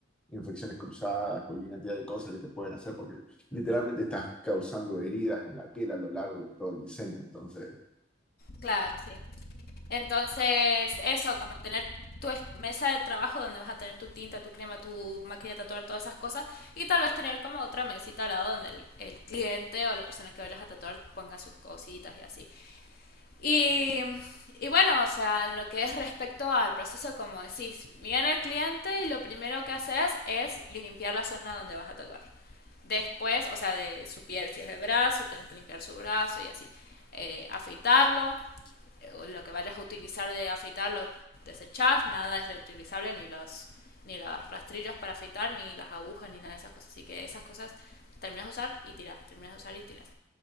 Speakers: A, in the centre; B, on the left (about 50°).
A: infecciones cruzadas, cualquier cantidad de cosas que te pueden hacer, porque literalmente estás causando heridas en la piel a lo largo de todo el diseño, entonces,
B: Claro, sí. Entonces, eso, como tener tu es- mesa de trabajo donde vas a tener tu tinta, tu crema, tu máquina de tatuar, todas esas cosas, y tal vez tener como otra mesita al lado donde el, el cliente o la persona que vayas a tatuar ponga sus cositas y así. Y, y bueno, o sea, en lo que es respecto al proceso, como decís, viene el cliente y lo primero que haces es limpiar la zona donde vas a tatuar. Después, o sea, de su piel, si es el brazo, tenés que limpiar su brazo y así. Eh, afeitarlo, lo que vayas a utilizar de afeitar lo desechás, nada es reutilizable, ni los ni los rastrillos para afeitar, ni las agujas, ni nada de esas cosas. Así que esas cosas terminas de usar y tiras, terminas de usar y tiras.